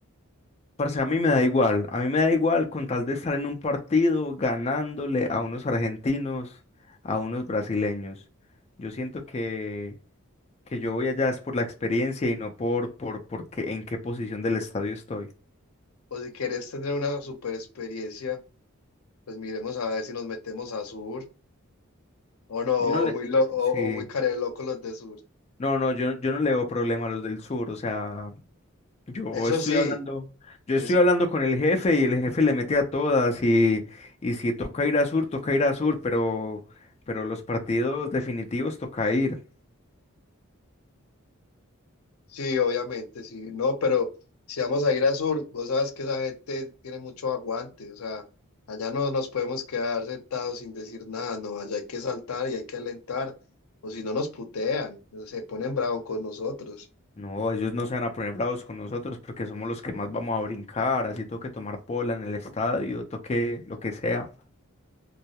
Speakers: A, on the left; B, on the left.
A: Parce, a mí me da igual. A mí me da igual con tal de estar en un partido ganándole a unos argentinos, a unos brasileños. Yo siento que, que yo voy allá es por la experiencia y no por, por, por qué- en qué posición del estadio estoy.
B: O si quieres tener una super experiencia, pues miremos a ver si nos metemos a Sur o no,
A: Yo no le...
B: o muy, lo- o,
A: Sí.
B: o muy care de loco los de Sur.
A: No, no, yo, yo no le veo problema a los del sur, o sea, yo
B: Eso
A: estoy
B: sí,
A: hablando, yo
B: es,
A: estoy hablando con el jefe y el jefe le mete a todas y, y si toca ir a sur, toca ir a sur, pero, pero los partidos definitivos toca ir.
B: Sí, obviamente, sí, no, pero si vamos a ir a sur, vos sabes que esa gente tiene mucho aguante, o sea, allá no nos podemos quedar sentados sin decir nada, no, allá hay que saltar y hay que alentar, o si no nos putean, se ponen bravos con nosotros.
A: No, ellos no se van a poner bravos con nosotros porque somos los que más vamos a brincar, así toque tomar pola en el estadio, toque lo que sea.